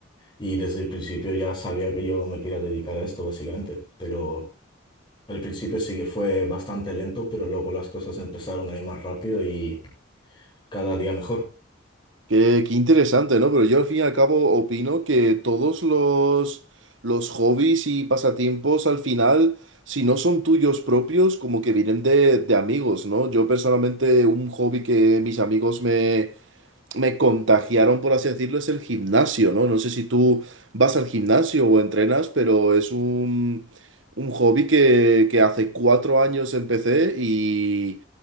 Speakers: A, on the left; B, on the right.
A: Y desde el principio ya sabía que yo me quería dedicar a esto, básicamente, pero al principio sí que fue bastante lento, pero luego las cosas empezaron a ir más rápido y cada día mejor.
B: Qué, qué interesante, ¿no? Pero yo al fin y al cabo opino que todos los, los hobbies y pasatiempos al final si no son tuyos propios, como que vienen de, de amigos, ¿no? Yo personalmente un hobby que mis amigos me, me contagiaron, por así decirlo, es el gimnasio, ¿no? No sé si tú vas al gimnasio o entrenas, pero es un, un hobby que, que hace cuatro años empecé y,